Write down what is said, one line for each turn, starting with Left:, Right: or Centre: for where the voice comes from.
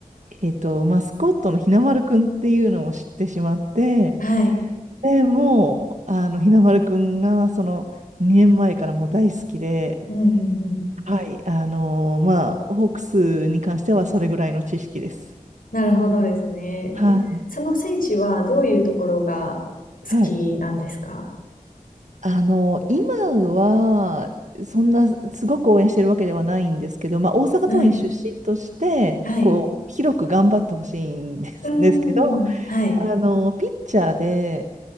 Right: えっと、マスコットのひなまるくんっていうのを知ってしまって、
Left: はい。
Right: で、もう、あの、ひなまるくんが、その、2年前からもう大好きで、
Left: うんうんうん。
Right: はい、あの、まあ、ホークスに関してはそれぐらいの知識です。
Left: なるほどですね。
Right: はい。
Left: え、その選手はどういうところが好きなんですか
Right: はい。あの、今は、そんな、すごく応援してるわけではないんですけど、まあ、大阪桐蔭出身として、
Left: はい。はい。
Right: こう、広く頑張ってほしいんです、
Left: うん。
Right: ですけど、
Left: はい。
Right: あの、ピッチャーで、